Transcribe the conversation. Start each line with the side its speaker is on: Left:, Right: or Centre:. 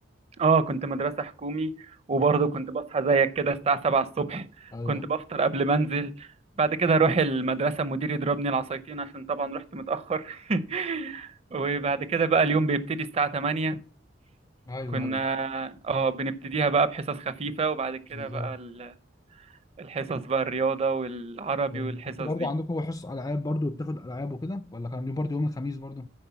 Right: اه كنت مدرسة حكومي وبرضه
Left: مم.
Right: كنت بصحى زيك كده الساعة سبعة الصبح
Left: ايوه
Right: كنت بفطر قبل ما انزل بعد كده اروح المدرسة المدير يضربني العصايتين عشان طبعا رحت متأخر <laughs> وبعد كده بقى اليوم بيبتدي الساعة 8
Left: ايوه
Right: كنا
Left: ايوه
Right: اه بنبتديها بقى بحصص خفيفة وبعد كده
Left: بالظبط
Right: بقى ال- الحصص بقى الرياضة والعربي
Left: ايوه
Right: والحصص
Left: كنت برضو
Right: دي
Left: عندكم حصص العاب برضو بتاخد العاب وكده ولا كان يوم برضو يوم الخميس برضو؟